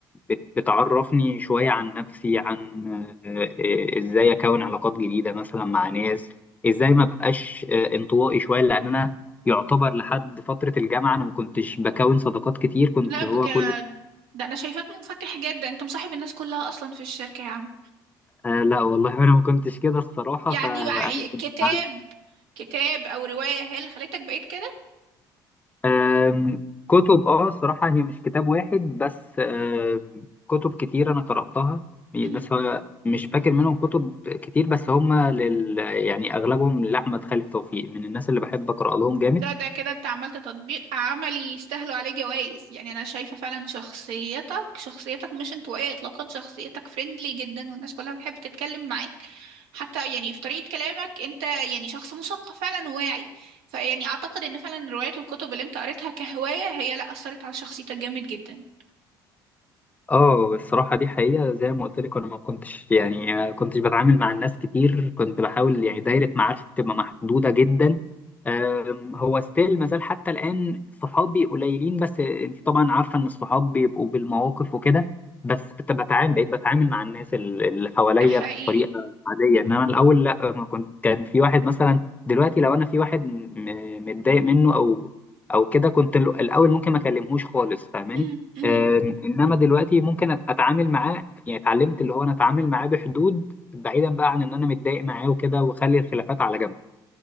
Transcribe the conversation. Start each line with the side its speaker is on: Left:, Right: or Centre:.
Left: بت- بتعرفني شوية عن نفسي عن آه، آه، ازاي اكون علاقات جديدة مثلا مع ناس ازاي ما بقاش آه، انطوائي شوية لان انا يعتبر لحد فترة الجامعة انا ما كنتش بكون صداقات كتير كنت
Right: لا بجد
Left: هو كل
Right: ده انا شايفاك منفتح جدا انت مصاحب الناس كلها اصلا في الشركة يا عم
Left: آه لا والله <laughs> انا ما كنتش كده الصراحه
Right: يعني
Left: فانا
Right: مع
Left: كنت
Right: كتاب
Left: بعزف.
Right: كتاب او رواية هي اللي خليتك بقيت كده
Left: آم، كتب اه الصراحه هي مش كتاب واحد بس آم، كتب كتير انا قراتها
Right: مهم.
Left: بس هو مش فاكر منهم كتب كتير بس هم لل يعني اغلبهم لاحمد خالد توفيق من الناس اللي بحب اقرا لهم جامد
Right: ده ده كده انت عملت تطبيق عملي يستاهلوا عليه جوائز يعني انا شايفة فعلا شخصيتك شخصيتك مش انطوائية اطلاقا شخصيتك فريندلي جدا والناس كلها بتحب تتكلم معاك حتى يعني في طريقة كلامك انت يعني شخص مثقف فعلا وواعي فيعني اعتقد ان فعلا الروايات والكتب اللي انت قريتها كهواية هي لا اثرت على شخصيتك جامد جدا
Left: اه الصراحة دي حقيقة زي ما قلت لك انا ما كنتش يعني آه، كنتش بتعامل مع الناس كتير كنت بحاول يعني دايرة معارفي بتبقى محدودة جدا آم، هو ستيل ما زال حتى الآن صحابي قليلين بس انت طبعا عارفة ان الصحاب بيبقوا بالمواقف وكده بس بت- بتعامل بقيت بتعامل مع الناس ال- اللي حواليا
Right: ده حقيقي
Left: بطريقة عادية انما الاول لا ما كنت كان في واحد مثلا دلوقتي لو انا في واحد م- متضايق منه او او كده كنت ال- الاول ممكن ما اكلمهوش خالص فاهماني
Right: مم. مم.
Left: آه، انما دلوقتي ممكن أت- اتعامل معاه يعني اتعلمت اللي هو انا اتعامل معاه بحدود بعيدا بقى عن ان انا متضايق معاه وكده واخلي الخلافات على جنب